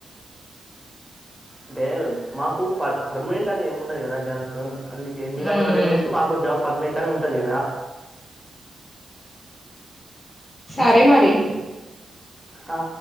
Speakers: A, in the centre; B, on the left.
A: అంటే మాకు పర్ పర్మినెంట్ అని ఏమి ఉండదు కదా జాబ్ అందుకే మీ లాంటి
B: ఉమ్
A: వాళ్ళ దగ్గర చేస్తే మాకు జాబ్ పర్మనెంట్ అని టాది
B: సరే మరి
A: ఆ